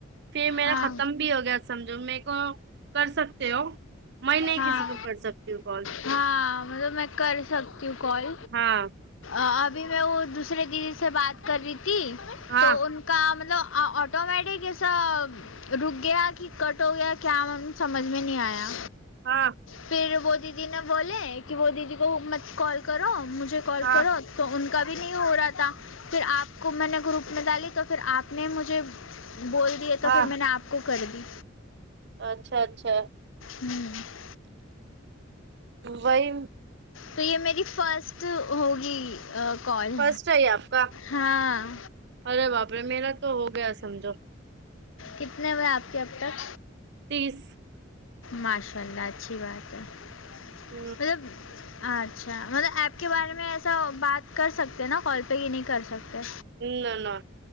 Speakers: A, on the right (about 60°); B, on the left (about 90°).
A: پھر میرا
B: ہاں
A: ختم بھی ہو گیا سمجھو میں کو کر سکتے ہو میں نہیں
B: ہاں
A: کسی کو کر سکتی ہوں کال
B: ہاں مطلب میں کر سکتی ہوں کال
A: ہاں
B: ابھی میں وہ دوسرے دیدی سے بات کر رہی تھی
A: ہاں
B: تو ان کا مطلب آٹومیٹک ایسا رک گیا کہ کٹ ہو گیا کیا ہم سمجھ میں نہیں آیا
A: ہاں
B: پھر وہ دیدی نے بولے کہ وہ دیدی کومت کال کرو مجھے کال
A: ہاں
B: کرو تو ان کا بھی نہیں ہو رہا تھا پھر آپ کو میں نے گروپ میں ڈالی تو پھر آپ نے مجھے بول دیے تو
A: ہاں
B: پھر میں نے آپ کو کر دی
A: اچھا اچھا
B: ہوں
A: وہی
B: تو یہ میری فسٹ ہوگی کال
A: فرسٹ ہے آپ کا
B: ہاں
A: ارے باپرے میرا تو ہو گیا سمجھو
B: کتنے ہوے آپ کے اب تک
A: تیس
B: ماشاء اللہ اچھی بات ہے مطلب
A: ہ
B: اچھا مطلب ایپ کے بارے میں ایسا بات کر سکتے ہیں نا کال پہ ہی نہیں کر سکتے
A: نا نا